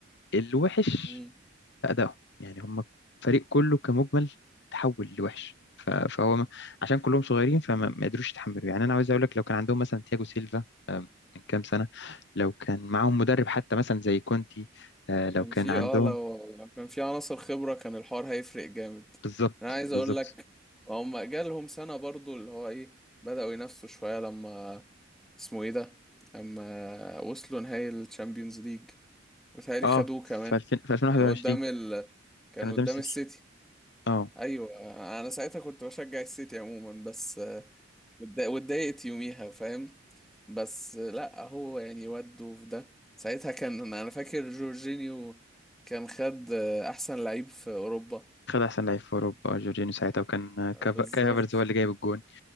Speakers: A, on the left; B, in the centre.
A: الوحش
B: امم
A: في أدائهم يعني هم الفريق كله كمجمل اتحول لوحش ف- فهو م- عشان كلهم صغيرين فما ما قدروش يتحملوا يعني أنا عاوز أقول لك لو كان عندهم مثلا تياجو سيلفا آه، من كام سنة لو كان معاهم مدرب حتى مثلا زي كونتي آه،
B: كان
A: لو كان
B: في
A: عندهم
B: اه لو لو كان في عناصر خبرة كان الحوار هيفرق جامد
A: بالظبط
B: انا عايز
A: بالظبط
B: اقول لك هم جالهم سنة برضو اللي هو ايه بدأوا ينافسوا شوية لما اسمه ايه ده لما وصلوا نهائي الشامبيونز ليج وتهيألي
A: اه
B: خدوه كمان
A: في 2000 في 2021
B: كان قدام ال كان
A: كان قدام
B: قدام
A: السيتي
B: السيتي
A: اه
B: ايوه انا ساعتها كنت بشجع السيتي عموما بس واتضايقت يوميها فاهم بس لا هو يعني وده في ده ساعتها كان انا أنا فاكر جورجينيو كان خد احسن لعيب في اوروبا
A: خد احسن لعيب في اوروبا جورجينيو ساعتها وكان
B: بالظبط
A: كاف- كاي هافرتز هو اللي جايب الجون